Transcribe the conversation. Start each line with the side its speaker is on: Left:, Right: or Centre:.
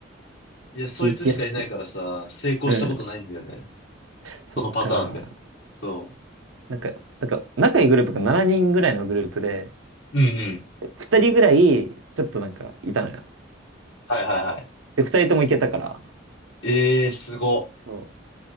Left: いや、そいつしかいないからさ、
Right: 激アツで。
Left: 成功したことないんだよね。
Right: うん。そっか。
Left: そのパターンで。そ
Right: なんか、なんか、仲いいグループが7人ぐらいのグループで、
Left: う。うんうん。
Right: 2人ぐらい、ちょっとなんか、いたのよ。
Left: はいはいはい。
Right: で、2人とも行けたから。
Left: ええー、すご。
Right: そう。